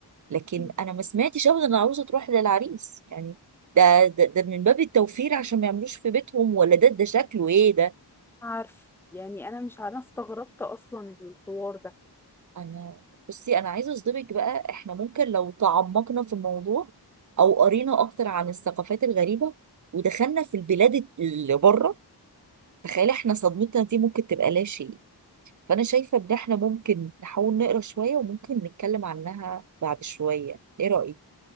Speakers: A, on the right; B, in the centre.
A: لكن
B: مم.
A: انا ما سمعتش ابدا ان العروسه تروح للعريس يعني ده ده, ده من باب التوفير عشان ما يعملوش في بيتهم ولا ده ده شكله ايه ده
B: عارف يعني أنا مش أنا استغربت أصلا الحوار ده
A: انا بصي انا عايزه اصدمك بقى احنا ممكن لو تعمقنا في الموضوع او قرينا اكتر عن الثقافات الغريبه ودخلنا في البلاد اللي بره تخيل احنا صدمتنا دي ممكن تبقى لا شيء فانا شايفه ان احنا ممكن نحاول نقرا شويه وممكن نتكلم عنها بعد شويه ايه رايك